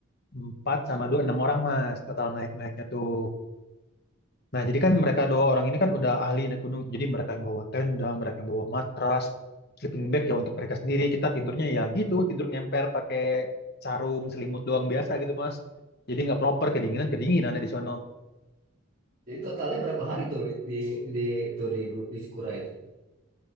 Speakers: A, on the left; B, on the right.
A: Empat sama dua, enam orang mas, total naik-naiknya tuh. Nah, jadi kan mereka dua orang ini kan udah ahli naik gunung. Jadi mereka yang bawa tenda, mereka yang bawa matras, sleeping bag ya untuk mereka sendiri. Kita tidurnya ya gitu, tidur nyemper pakai sarung, selimut doang biasa gitu mas. Jadi nggak proper, kedinginan-kedinginan ada di sono.
B: Jadi totalnya berapa hari tuh di di itu di di Cikura itu?